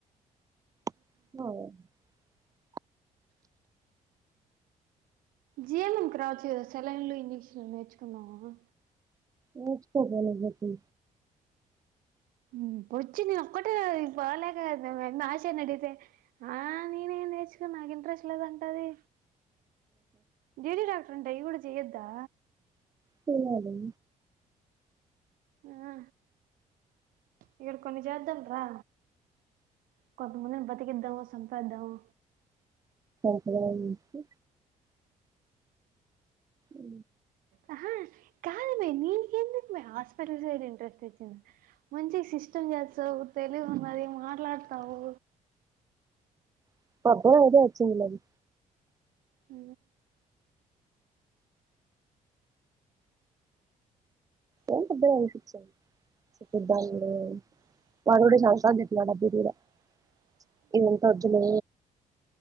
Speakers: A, on the right (about 25°); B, on the right (about 85°).
A: <inaudible>
B: జిఎన్ఏమ్ క్రావచ్చు కదా సెలైన్లు, ఇంజెక్షన్లు నేర్చుకున్నావు.
A: నేర్చుకోగల చెప్పి
B: హ్ వచ్చింది నేను ఒక్కటే బాలేక నేను వెళ్ళి ఆశను అడిగితే ఆ నేనేం నేర్చుకోను నాకు ఇంట్రెస్ట్ లేదంటది. లేడి డాక్టర్ అంట ఇవిడ చేయోద్దా.
A: చెయ్యాలేమో
B: ఆ ఇక్కడ కొన్ని చేద్దాం రా. కొంత మందిని బతికిద్దామ, సంపెద్దామా
A: <inaudible> నుంచి ఉ
B: ఆహా కాదమ్మి నీకెందుకు అమ్మి హాస్పిటల్ సైడ్ ఇంట్రెస్ట్ వచ్చింది. మంచిగా సిస్టమ్ చేస్తవు. తెలిదు మరి మాట్లాడతావు.
A: <inaudible> అయితే వచ్చిందిలే అది.
B: అ
A: ఏం పెద్దగా అనిపిచ్చదు. <inaudible> వాళ్ళు కూడా సంవత్సరాలు తిప్పినారు నాకు <inaudible> ఇదంత వద్దులే